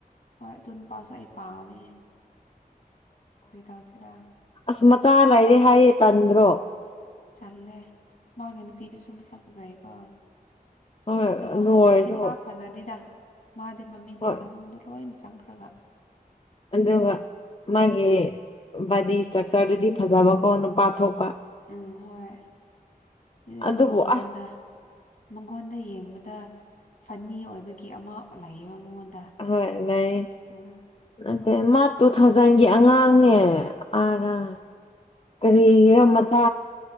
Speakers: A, on the left; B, on the left.
A: ꯍꯣꯏ ꯑꯗꯨ ꯅꯨꯄꯥꯁꯨ ꯑꯩ ꯄꯥꯝꯃꯦ ꯀꯔꯤ ꯇꯧꯁꯤꯔꯥ
B: ꯑꯁ ꯃꯆꯥ ꯂꯩꯔꯦ ꯍꯥꯏꯌꯦ ꯇꯟꯗ꯭ꯔꯣ
A: ꯇꯜꯂꯦ ꯃꯥꯒꯤ ꯅꯨꯄꯤꯗꯨꯁꯨ ꯃꯁꯛ ꯐꯖꯩꯌꯦꯀꯣ
B: ꯍꯣꯏ
A: ꯑꯗꯨꯒ
B: ꯑꯗꯨ
A: ꯍꯜꯂꯦꯟꯗꯤ
B: ꯑꯣꯏꯔꯁꯨ
A: ꯄꯥꯛ ꯐꯖꯗꯦꯗ ꯃꯥꯗꯤ ꯃꯃꯤꯠꯀ
B: ꯍꯣꯏ
A: ꯃꯅꯨꯡꯗ ꯂꯣꯏꯅ ꯆ ꯆꯪꯈ꯭ꯔꯒ
B: ꯑꯗꯨꯒ ꯃꯥꯒꯤ ꯕꯥꯗꯤ ꯏꯁꯇ꯭ꯔꯛꯆꯔꯗꯨꯗꯤ ꯐꯖꯕꯀꯣ ꯅꯨꯄꯥ ꯊꯣꯛꯄ
A: ꯎꯝ ꯍꯣꯏ ꯗꯨꯗ ꯑꯗꯨꯒ
B: ꯑꯗꯨꯕꯨ
A: ꯃꯉꯣꯟꯗ
B: ꯑꯁ
A: ꯃꯪꯉꯣꯟꯗ ꯌꯦꯡꯕꯗ ꯐꯅꯤ ꯑꯣꯏꯕꯒꯤ ꯑꯃ ꯂꯩꯌꯦꯕ ꯃꯉꯣꯟꯗ
B: ꯍꯣꯏ ꯂꯩ
A: ꯑꯗꯨꯅ
B: ꯅꯠꯇꯦ ꯃꯥ ꯇꯨ ꯊꯥꯎꯖꯟꯒꯤ ꯑꯉꯥꯡꯅꯦ ꯑꯥ ꯔ ꯀꯔꯤꯒꯤꯔ ꯃꯆꯥ